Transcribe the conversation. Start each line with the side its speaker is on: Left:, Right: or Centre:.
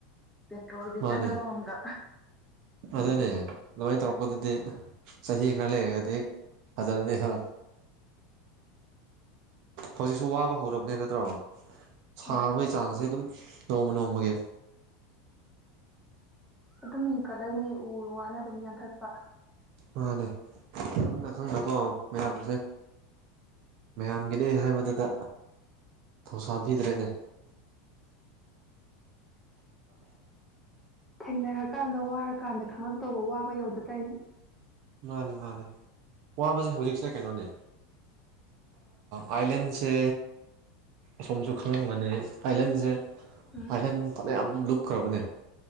Centre: ꯄꯦꯇ꯭ꯔꯣꯜ ꯗꯤꯖꯟ
Right: ꯃꯥꯅꯦ
Centre: ꯑꯃꯃꯝꯒ
Right: ꯑꯗꯨꯅꯦ ꯑꯗꯨꯃꯥꯏꯅ ꯇꯧꯔꯛꯄꯗꯗꯤ ꯆꯍꯤ ꯈꯔ ꯂꯩꯔꯒꯗꯤ ꯐꯖꯔꯥꯅꯤꯍꯥ ꯍꯧꯖꯤꯛꯁꯨ ꯋꯥꯕ ꯍꯧꯔꯕꯅꯦ ꯅꯠꯇ꯭ꯔꯣ ꯁꯥꯕꯒꯤ
Centre: ꯍꯣꯏ
Right: ꯆꯥꯡꯁꯦ ꯑꯗꯨꯝ ꯅꯣꯡꯃ ꯅꯣꯡꯃꯒꯤ
Centre: ꯑꯗꯨꯝ ꯍꯦꯟꯀꯠꯂꯛꯅꯦ ꯎ ꯋꯥꯅ ꯑꯗꯨꯝ ꯌꯥꯟꯊꯠꯄ
Right: ꯃꯥꯅꯦ ꯈꯪꯅ ꯈꯪꯅꯀꯣ ꯃꯌꯥꯝꯁꯦ ꯃꯌꯥꯝꯒꯤꯅꯦ ꯍꯥꯏꯕꯗꯨꯗ ꯊ ꯁꯥꯡꯕꯤꯤꯗꯔꯦꯅꯦ
Centre: ꯊꯦꯡꯅꯔꯀꯥꯟꯗ ꯋꯥꯔꯀꯥꯟꯗ ꯈꯪꯉꯛꯇꯧꯕ ꯋꯥꯕ ꯌꯧꯗ ꯇꯣꯏꯅꯦ
Right: ꯃꯥꯅꯦ ꯃꯥꯅꯦ ꯋꯥꯕꯁꯦ ꯍꯧꯖꯤꯛꯁꯦ ꯀꯩꯅꯣꯅꯦ ꯑꯥꯏꯂꯦꯟꯁ ꯁꯦ ꯑꯁꯣꯝꯁꯨ ꯈꯪꯂꯝꯒꯅꯤ ꯑꯥꯏꯂꯦꯟꯁꯦ
Centre: ꯎꯝ
Right: ꯑꯥꯏꯂꯦꯟ ꯐꯅꯌꯥꯝ ꯂꯨꯞꯈ꯭ꯔꯕꯅꯦ